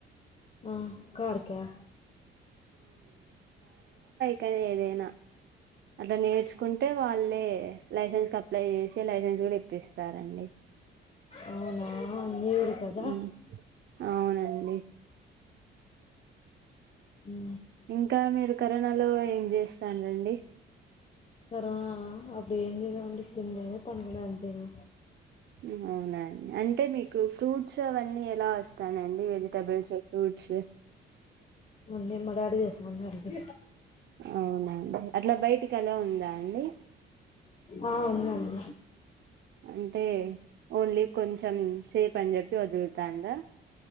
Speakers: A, on the left; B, on the right.
A: ఆ కార్ క్యా
B: కే ఏదైనా అట్ల నేర్చుకుంటే వాళ్ళే లైసెన్స్ కప్ అప్లై చేసే లైసెన్స్ గుడా ఇప్పిస్తారండి.
A: అవునా మీరు కదా
B: మ్మ్ అవునండి
A: ఉ
B: ఇంకా మీరు కరోనాలో ఏం చేస్తాను లేండి
A: కరోనా అప్పుడు ఏం తిన్నా మండి తిండి లేదు పని లేదు అంతేనా
B: ఉ అవును అండి అంటే మీకు ఫ్రూట్ షా అవన్నీ ఎలా వస్తానాయ్ అండి వెజిటబుల్స్ ఫ్రూట్స్
A: మళ్ళీ మా డాడీ ఏసుమన్నా అగి
B: అవునండి అట్లా బయటికి అల్లో ఉందా అండి
A: ఆ! ఉందండి.
B: అంటే ఓన్లీ కొంచెం సేఫ్ అని చెప్పి వదులుతాను రా